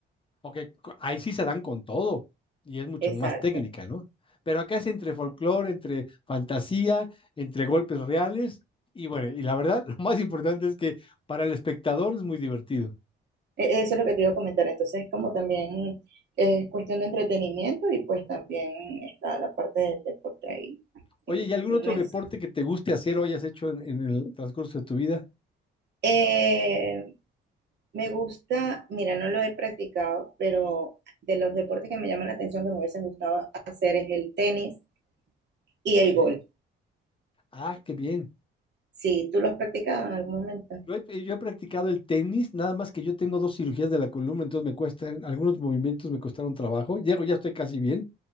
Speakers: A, on the left (about 25°); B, on the right (about 60°).
A: Ok, co- ahí sí se dan con todo y es mucho
B: exacto.
A: más técnica, ¿no? Pero acá es entre folclore, entre fantasía, entre golpes reales y bueno, y la verdad, <laughs> lo más importante es que para el espectador es muy divertido.
B: E- Eso es lo que te iba a comentar. Entonces, es como también es cuestión de entretenimiento y pues también está la parte del deporte ahí
A: Oye,
B: in-
A: ¿y algún
B: inmersa.
A: otro deporte que te guste hacer o hayas hecho en, en el transcurso de tu vida?
B: Eh, me gusta, mira, no lo he practicado, pero de los deportes que me llaman la atención, que me hubiesen gustado hacer es el tenis y
A: Ok.
B: el golf.
A: Ah, qué bien.
B: Sí, ¿tú lo has practicado en algún momento?
A: Yo he, eh, yo he practicado el tenis, nada más que yo tengo dos cirugías de la columna, entonces me cuestan, algunos movimientos me costaron trabajo. Llego, ya estoy casi bien,